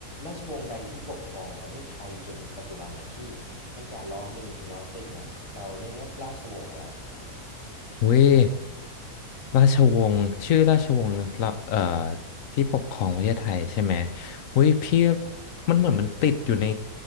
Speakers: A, on the left; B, on the left.
A: ราชวงศ์ใดที่ปกครองประเทศไทยจนถึงปัจจุบันเนี่ยพี่ตั้งแต่รหนึ่งถึงรสิบเนี่ยเราเรียกว่าราชวงศ์อะไรครับผม
B: เว้ย ราชวงศ์ชื่อราชวงศ์ละเอ่อที่ปกครองประเทศไทยใช่ไหมอุ้ยพี่มันเหมือนมันติดอยู่ใน